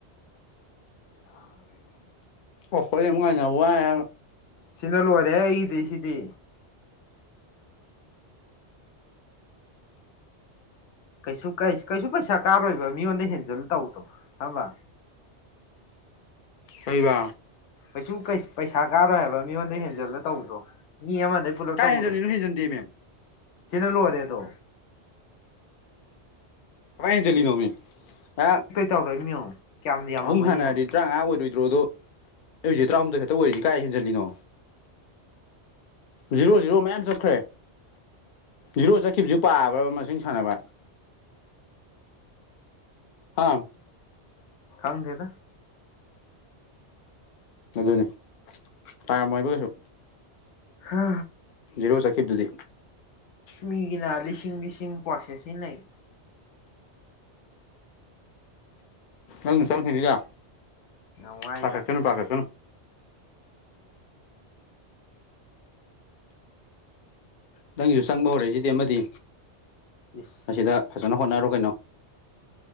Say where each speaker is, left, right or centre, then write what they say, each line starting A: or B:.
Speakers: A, on the left (about 85°); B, on the left (about 55°).
A: <unintelligible>
B: ꯑꯣ ꯍꯣꯌꯦ ꯑꯃꯨꯛ ꯉꯥꯏꯅ ꯋꯥꯏ ꯍꯥꯏꯕ
A: ꯁꯤꯗ ꯂꯣꯏꯔꯦꯍꯦ ꯑꯩꯒꯤꯗꯤ ꯁꯤꯗꯤ ꯀꯩꯁꯨ ꯀꯩꯏꯖ ꯀꯩꯁꯨ ꯄꯩꯁꯥ ꯀꯥꯔꯣꯏꯕ ꯃꯤꯉꯣꯟꯗ ꯍꯦꯟꯖꯜ ꯇꯧꯕꯗꯣ ꯍꯝꯕ
B: ꯀꯩꯕ
A: ꯀꯩꯁꯨ ꯀꯩꯁ ꯄꯩꯁꯥ ꯀꯥꯔꯣꯏ ꯍꯥꯏꯕ ꯃꯤꯉꯣꯟꯗꯩ ꯍꯦꯟꯖꯜꯂ ꯇꯧꯕꯗꯣ ꯃꯤ ꯑꯃꯗꯩ ꯄꯨꯂꯞ
B: ꯀꯥꯏ
A: ꯇꯧꯕꯗꯧ
B: ꯍꯦꯟꯖꯜꯂꯤꯅꯣ ꯍꯦꯟꯖꯟꯗꯦ ꯃꯦꯝ
A: ꯆꯤꯅꯂꯣꯏꯔꯦ ꯗꯣ
B: ꯀꯃꯥꯏ ꯍꯦꯟꯖꯤꯜꯂꯤꯅꯣ ꯃꯤ ꯌꯥꯝ
A: ꯇꯧꯔꯛꯏꯃꯤ ꯌꯦꯡꯉꯣ ꯀꯌꯥꯝꯗꯤ ꯌꯥꯝꯃꯝꯃꯅꯤ
B: ꯑꯍꯨꯝ ꯍꯥꯟꯅꯔꯗꯤ
A: ꯌꯦꯡꯉꯣ
B: ꯇꯔꯥꯉꯥ ꯑꯣꯏꯔꯣꯏ ꯗꯗꯣ ꯑꯩ ꯍꯧꯖꯤ ꯇꯔꯥꯍꯨꯝꯗꯣꯏ ꯈꯛꯇꯑꯣꯏꯔꯤꯖꯤ ꯀꯥꯏ ꯍꯦꯟꯖꯤꯜꯂꯤꯅꯣ ꯖꯤꯔꯣ ꯖꯤꯔꯣ ꯃꯌꯥꯝ ꯆꯠꯈ꯭ꯔꯦ ꯖꯤꯔꯣ ꯆꯠꯈꯤꯕꯖꯨ ꯄꯥꯕ꯭ꯔꯕ ꯃꯁꯤꯡ ꯊꯟꯅꯕ ꯑꯥꯝ
A: ꯀꯪꯗꯦꯗ
B: ꯑꯗꯨꯅꯤ ꯇꯔꯃꯣꯏꯕꯨ ꯀꯩꯁꯨ
A: ꯍ
B: ꯏꯔꯣ ꯆꯈꯤꯕꯗꯨꯗꯤ
A: ꯃꯤꯒꯤꯅ ꯂꯤꯁꯤꯡ ꯂꯤꯁꯤꯡ ꯄꯣꯔꯁꯦꯁꯤꯟꯅꯩ
B: ꯅꯪꯅ ꯆꯪꯈꯤꯒꯤꯌ
A: ꯌꯥꯝ ꯋꯥꯏꯗ
B: ꯄꯈꯠꯀꯅꯨ ꯄꯈꯠꯀꯅꯨ ꯅꯪꯒꯤꯁꯨ ꯆꯪꯕ ꯍꯧꯔꯛꯏꯁꯤꯗꯤ ꯑꯃꯗꯤ
A: ꯏꯁ
B: ꯑꯁꯤꯗ ꯐꯖꯅ ꯍꯣꯠꯅꯔꯣ ꯀꯩꯅꯣ